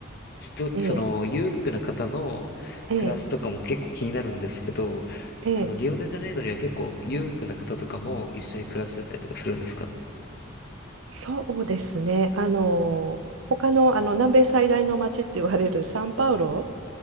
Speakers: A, on the left; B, on the right.
A: 人、
B: ええ、
A: その裕福な方の暮らしとかも結構気になるんですけど、
B: ええ、ええ、
A: そのリオデジャネイロには結構裕福な方とかも一緒に暮らしてたりとかするんですか
B: そうですね。あの、他の、あの南米最大の街って言われるサンパウロ